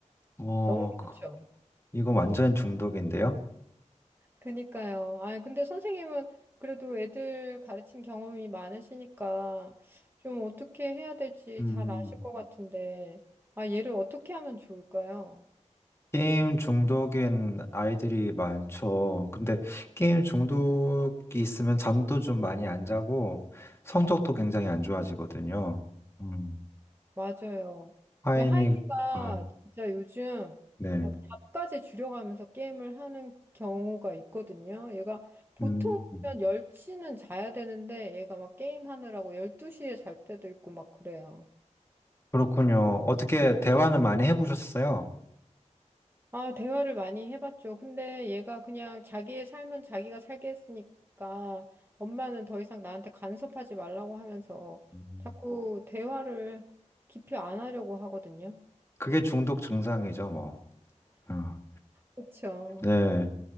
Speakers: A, on the left; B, on the right.
A: 어,
B: 너무
A: 그-
B: 많죠.
A: 이거 완전 중독인데요?
B: 그니까요. 아니, 근데 선생님은 그래도 애들 가르친 경험이 많으시니까 좀 어떻게 해야 될지
A: 음.
B: 잘 아실 것 같은데, 아, 얘를 어떻게 하면 좋을까요?
A: 게임 중독인 아이들이 많죠. 근데 게임 중독이 있으면 잠도 좀 많이 안 자고 성적도 굉장히 안 좋아지거든요. 음,
B: 맞아요.
A: 이
B: 하이가
A: 어,
B: 진짜 요즘
A: 네.
B: 약간 답까지 줄여가면서 게임을 하는 경우가 있거든요. 얘가 보통이면
A: 음,
B: 10시는 자야 되는데 얘가 막 게임하느라고 12시에 잘 때도 있고 막 그래요.
A: 그렇군요. 어떻게 대화는 많이 해보셨어요?
B: 아, 대화를 많이 해봤죠. 근데 얘가 그냥 자기의 삶은 자기가 살게 했으니까 엄마는 더 이상 나한테 간섭하지 말라고 하면서
A: 음,
B: 자꾸 대화를 깊이 안 하려고 하거든요.
A: 그게 중독 증상이죠, 뭐. 어,
B: 그렇죠.
A: 네.